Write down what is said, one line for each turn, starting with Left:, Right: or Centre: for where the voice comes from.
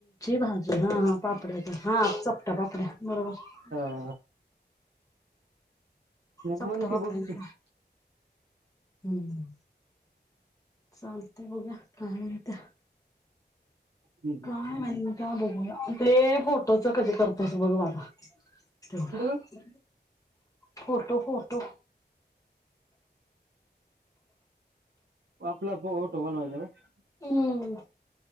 Left: भाजी हा, हा पापड्यात हा चोपट्या पापड्या बरोबर <unintelligible>
Right: ह
Left: चपट्या
Right: मन
Left: पापड्या
Right: के वक्त <unintelligible>
Left: हम्म. चालतय बघुया काय म्हणत्या?
Right: कोणतं
Left: काय म्हणत्या बघूया, ते फोटोच कधी करतोस बघ बाबा- तेवढं,
Right: ग
Left: फोटो, फोटो-
Right: आपला फोटो बनवायचा का?
Left: हम्म.